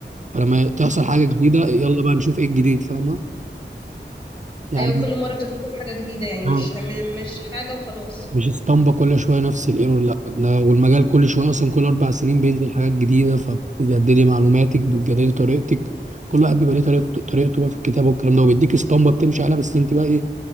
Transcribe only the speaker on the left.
أيوة كل مرة بتكتسب حاجة جديدة يعني
مش مش حاجة وخلاص